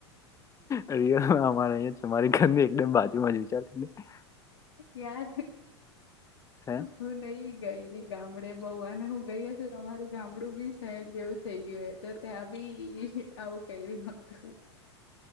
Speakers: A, on the left (about 20°); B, on the left (about 80°).
A: અરે અમારે અહીં મારી ઘરની એકદમ બાજુમાં જ વિચારીને
B: યાર
A: હે
B: હું નઈ ગયેલી ગામડે અ બહુ આને હું ગઈ છું અમારું ગામડું બી શહેર જેવું થઈ ગયું હો તો ત્યાં બી આવું કઈ ર હોતું